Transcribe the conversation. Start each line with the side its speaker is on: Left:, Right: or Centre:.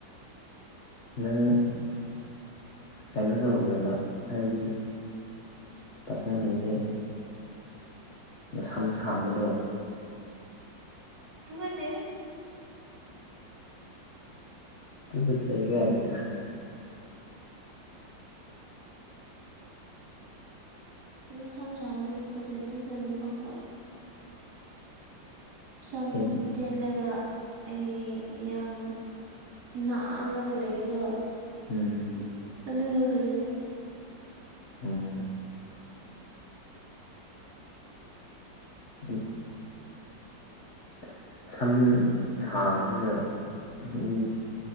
Left: ꯅꯪ ꯀꯩꯅꯣ ꯇꯧꯕ꯭ꯔꯕ ꯍꯥꯏꯕꯗꯤ ꯄꯥꯈꯪꯁꯤꯡꯁꯦ ꯃꯁꯝ ꯁꯥꯡꯕꯗꯣ
Right: ꯇꯨꯒꯨꯠꯖꯩꯗ
Left: ꯇꯨꯒꯠꯆꯩꯒꯥꯏꯅ꯫
Right: ꯃꯁꯥꯝ ꯁꯥꯡꯕꯁꯦ ꯐꯖꯗꯦ ꯅꯨꯄꯥ ꯈꯣꯢ ꯁꯝ
Left: ꯇꯦꯟ
Right: ꯇꯦꯜꯂꯒ ꯑꯩ ꯌꯥꯝ꯫ ꯅꯥꯜꯂꯒ ꯂꯩꯕꯗꯣ
Left: ꯎꯝ
Right: ꯑꯗꯨꯗꯨ ꯐꯖꯩꯌ‌ꯦ꯫
Left: ꯑꯝ ꯎꯝ꯫ <inaudible> ꯁꯝ ꯁꯥꯡꯉꯒ ꯃꯤ꯫